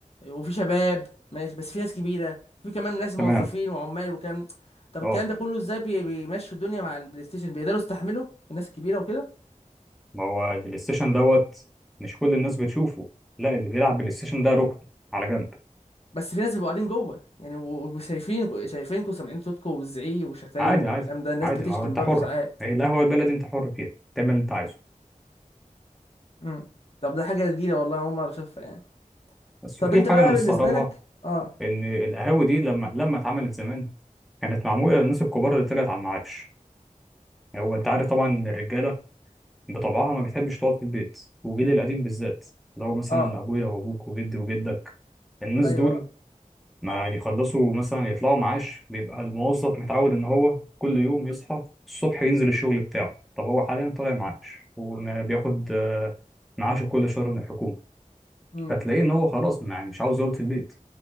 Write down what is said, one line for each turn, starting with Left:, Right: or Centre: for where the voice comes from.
Left: وفي شباب ماشي بس في ناس كبيره وفي كمان ناس موظفين
Centre: تمام
Left: وعمال وكام طب
Centre: اه
Left: الكلام ده كله ازاي بي- بيمشوا الدنيا مع البلاي ستيشن بيقدروا يستحملوا الناس الكبيره وكده
Centre: ما هو البلاي ستيشن دوت مش كل الناس بتشوفه لا اللي بيلعب بلاي ستيشن ده ركن على جنب
Left: بس في ناس بيبقوا قاعدين جوه يعني و- وشايفينكوا شايفينكوا وسامعين صوتكوا والزعيق وشتايم
Centre: عادي
Left: والكلام
Centre: عادي
Left: ده الناس
Centre: عادي
Left: بتشتم
Centre: ما هو انت
Left: برضه
Centre: حر
Left: ساعات
Centre: هي القهوة البلدي انت حر فيها تعمل اللي انت عايزه
Left: امم طب ده حاجه جديده والله أنا اول مره اشوفها يعني
Centre: بس
Left: طب
Centre: وفي
Left: انت
Centre: حاجة
Left: بقى
Centre: أنا مستغربها
Left: بالنسبه لك اه
Centre: ان القهاوي دي لما لما اتعملت زمان كانت معموله للناس الكبار اللي طلعت على المعاش هو انت عارف طبعا ان الرجاله بطبعها ما بتحبش تقعد في البيت وجيل القديم بالذات اللي هو مثلا
Left: اه
Centre: ابويا وابوك وجدي وجدك الناس
Left: ايوه
Centre: دول
Left: اه
Centre: ما يخلصوا مثلا يطلعوا معاش بيبقى الموظف متعود ان هو كل يوم يصحى الصبح ينزل الشغل بتاعه طب هو حاليا طالع معاش وما بياخد آه، معاشه كل شهر من الحكومه
Left: امم
Centre: فتلاقيه ان هو خلاص ما- مش عاوز يقعد في البيت